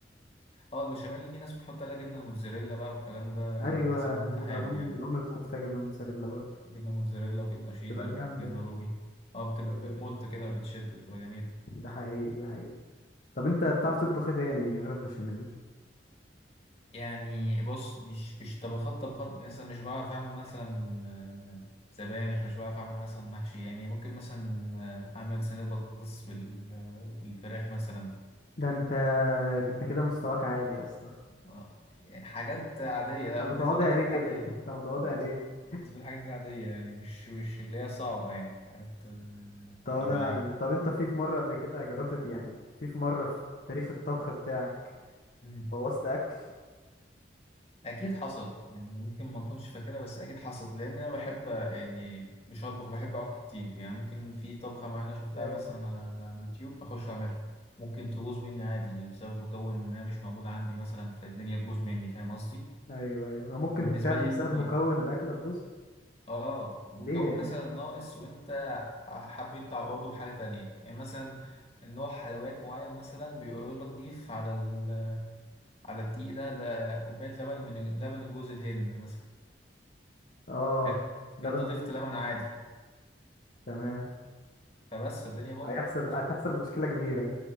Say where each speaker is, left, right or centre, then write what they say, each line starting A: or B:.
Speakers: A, on the left (about 35°); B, on the left (about 55°).
A: اه البشاميل في ناس بتحط عليها جبنة موتزاريلا بقى والكلام ده
B: ايوه
A: على حسب
B: ايوه
A: ما انت حابب
B: انا امي
A: يعني
B: امي بتحط فيها جبنة موتزاريلا برضه
A: جبنة موتزاريلا وجبنة شيدر
B: تبقى جامدة
A: وجبنة رومي اه بتبقى
B: جامدة الجبنة
A: بتمط
B: الموتزاريلا
A: كده وبتشد بتبقى جميلة
B: ده حقيقي ده حقيقي طب انت بتعرف تطبخ ايه تاني غير البشاميل
A: يعني بص مش مش طبخات طبخات مثلا مش بعرف اعمل مثلا آه، سبانخ مش بعرف اعمل مثلا محشي يعني ممكن مثلا آه، اعمل صينية بطاطس بال- آه، بالفراخ مثلا
B: ده انت انت كده مستواك عالي يا اسطى
A: آه، يعني حاجات عادية لا
B: انت
A: بالنسبة
B: متواضع
A: لي الحاجات
B: ليه كده
A: دي عادية
B: <laughs> انت متواضع
A: بالنسبة
B: ليه
A: لي بالنسبة لي الحاجات دي عادية يعني مش مش اللي هي صعبة يعني حاجات آه،
B: طب انا
A: طبيعية
B: طب انت في في مرة قبل كده جربت يعني في في مرة في تاريخ الطبخ بتاعك
A: مم.
B: بوظت اكل
A: اكيد حصلت يعني ممكن ما اكونش فاكرها بس اكيد حصلت لان انا بحب يعني مش اطبخ بحب اعك كتير يعني ممكن في طبخه معينه شفتها
B: أيوة.
A: مثلا على على اليوتيوب بخش اعملها ممكن تبوظ مني عادي يعني بسبب مكون ما مش موجود عندي مثلا فالدنيا تبوظ مني فاهم قصدي
B: ايوه ايوه هو ممكن
A: بالنسبه
B: فعلا
A: لي
B: بسبب
A: اللي-
B: مكون الاكل تبوظ
A: اه مكون
B: ليه يعني
A: مثلا ناقص وانت حبيت تعوضه بحاجه تانية يعني مثلا نوع حلويات معين مثلا بيقول لك ضيف على ال... على الدقيق ده ل- كوبايه لبن من لبن جوز الهند مثلا
B: اه
A: حلو
B: لبن
A: انت ضفت
B: العسل
A: لبن عادي
B: تمام
A: فبس الدنيا باظت
B: هيحصل هتحصل مشكله كبيره